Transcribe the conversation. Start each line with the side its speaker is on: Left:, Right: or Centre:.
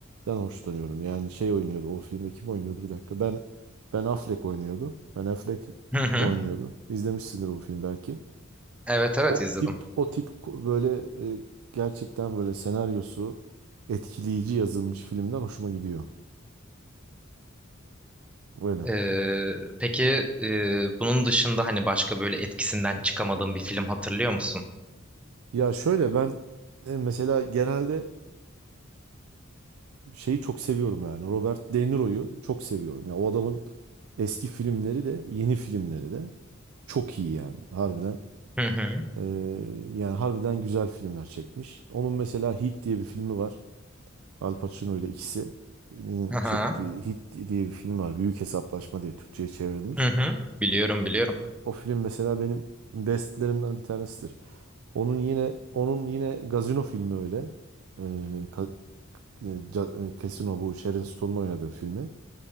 Right: den hoşlanıyorum. Yani şey oynuyordu. O filmde kim oynuyordu? Bir dakika. Ben Ben Affleck oynuyordu. Ben Affleck
Centre: Hı hı.
Right: oynuyordu. İzlemişsindir bu film belki.
Centre: Evet evet
Right: O
Centre: izledim.
Right: tip o tip ko- böyle e, gerçekten böyle senaryosu etkileyici yazılmış filmler hoşuma gidiyor. Böyle.
Centre: E, peki e, bunun dışında hani başka böyle etkisinden çıkamadığın bir film hatırlıyor musun?
Right: Ya şöyle ben e, mesela genelde e, şeyi çok seviyorum yani Robert De Niro'yu çok seviyorum. Ya o adamın eski filmleri de yeni filmleri de çok iyi yani harbiden.
Centre: Hı hı.
Right: e, yani harbiden güzel filmler çekmiş. Onun mesela Hit diye bir filmi var. Al Pacino ile ikisinin
Centre: Aha.
Right: çektiği Hit diye bir film var. Büyük Hesaplaşma diye Türkçe'ye çevrilmiş.
Centre: Hı hı. Biliyorum biliyorum.
Right: O film mesela benim bestlerimden bir tanesidir. Onun yine onun yine Gazino filmi öyle. Ee, ka- e, ca- e, Casino bu Sharon Stone'un oynadığı filmi.